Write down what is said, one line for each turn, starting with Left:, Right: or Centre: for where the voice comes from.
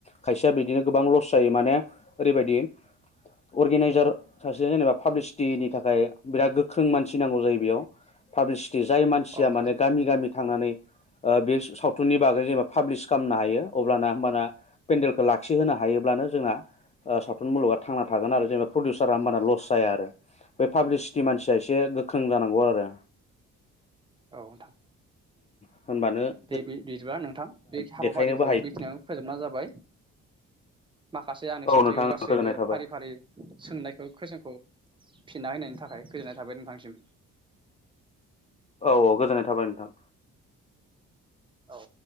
Left: खायसेया बिदिनो गोबां लस लस जायो माने
Right: औ
Left: ओरैबायदि अर्गेनाइजार सासे जेनेबा पाब्लिसिटिनि थाखाय बिराद गोख्रों मानसि नांगौ जायो बेयाव पाब्लिसिटि, जाय मानसिया
Right: औ नोंथां
Left: माने गामि-गामि थांनानै ओ बे सावथुननि बागै जेनेबा पाब्लिस खालामनो हायो अब्लाना होमबाना पेडेलखौ लाखिहोनो हायोब्लानो जोंना सावथुन मुलुगा थांना थागोन आरो जेनेबा प्रडिउसारा होमबाना लस जाया आरो बे पाब्लिस मानसिया एसे गोख्रों जानांगौ आरो।
Right: औ नोंथां।
Left: उम होनबानो
Right: दे बि बिदिबा नोंथां बे
Left: देखायनोबो
Right: हाबाफारिखौ
Left: हायो
Right: बेखिनियानो फोजोबनाय जाबाय, माखासे आंनि
Left: औ
Right: सोंथिखौ
Left: नोंथां
Right: गासैबो
Left: गोजोननाय थाबाय
Right: फारि-फारि सोंनायखौ खुयसनखौ फिननाय होनायनि थाखाय गोजोननाय थाबाय नोंथांनिसिम।
Left: औ औ गोजोननाय थाबाय नोंथां।
Right: औ औ